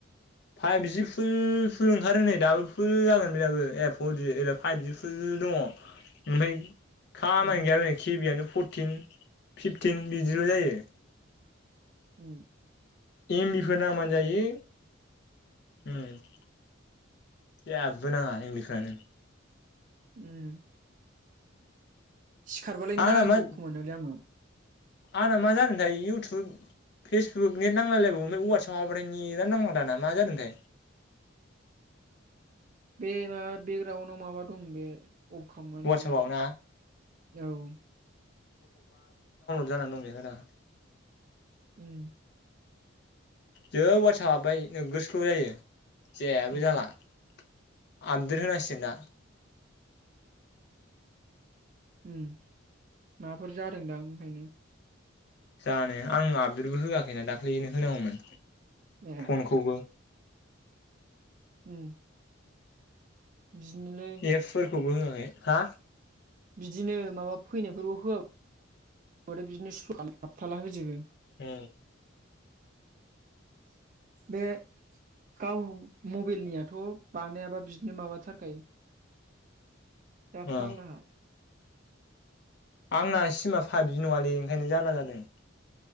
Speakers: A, on the left; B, on the right.
A: फाएभजि फुल फुल ओंखारो नै दाबो फुल जागोन बे दाबो ए फरजि फाइभजि फुल दङ ओमफ्राय खामानि
B: उम
A: गैया बेरनो केबिआनो फरटिन फिफटिन बिदिल जायो।
B: होम।
A: एमबिफोर नामबानो जायो ओम। जेबो नाङा एमबिफ्रानो।
B: उम। सिखारबालाय
A: आंना
B: नांगौ
A: मा
B: खोमानालै आंनाव।
A: आंना मा जादोंथाय इउटुब फेसबुक नेट नांलायलायबावो ओमफ्राय वाटससाबावथाय नेदानो नांला दाना मा जादोंथाय।
B: <inaudible> बे माबा बेकग्राउडआव माबा दं बे अफ खामनानै
A: वाट्सआपाव
B: ला
A: ना
B: औ।
A: जानानानै दं बेहायदा
B: उम।
A: जोब वातसाब हाबबाय नोगो स्ल जायो जेबो
B: उम
A: जाला। बुजिया
B: ओम माबाफोर जादोंदां ओंखायनो
A: जानो आं आपडेटबो होवाखैना दाख्लैनो होनांगौमोन
B: ए
A: फनखौबो
B: उम बिदिनोलै
A: एप्सफोरखौबो होआखै हा
B: बिदिनो माबा फैनायफोरखौ होवाबाथाय बिदिनो सुख हाबथाला होजोबो
A: ओम
B: बे गाव मबाइलनियाथ' बानायाबा बिदिनो माबाथारखायो जा फाग्लाखा
A: औ आंना सिमा फाइभ जि नङालै ओंखायनो जारला जादों